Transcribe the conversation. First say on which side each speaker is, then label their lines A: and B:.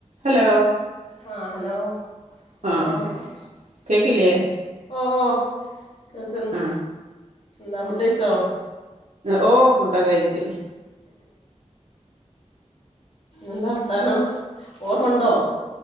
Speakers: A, on the right; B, on the left.
A: Hello
B: ആ hello സ്ലലം
A: ആ ആ
B: ലൈക്കും
A: കേക്കില്ലേ
B: ഓ ഓ. കേക്കന്ന്
A: ആ
B: നന്ത ഫുഡെയ്‌ച്ചോ.
A: ഓ ഫുഡൊക്കെ കയിച്ച്.
B: എന്താർത്താനോ ഓർമ്മ ഉണ്ടോ.